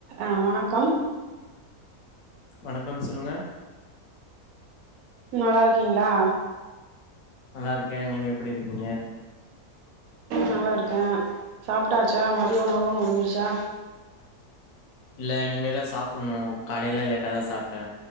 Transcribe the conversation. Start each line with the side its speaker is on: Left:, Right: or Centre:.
Right: ஆ வணக்கம்
Left: வணக்கம் சொல்லுங்க
Right: நல்லாருக்கீங்ளா
Left: நல்லாருக்கே நீங்க எப்டி இருக்கீங்க?
Right: நல்லாருக்கே சாப்டாச்சா? மதிய உணவு முடிஞ்சிருச்சா?
Left: இல்ல இனிமே தா சாப்பண்ணு காலைல லேட்டா தா சாப்டே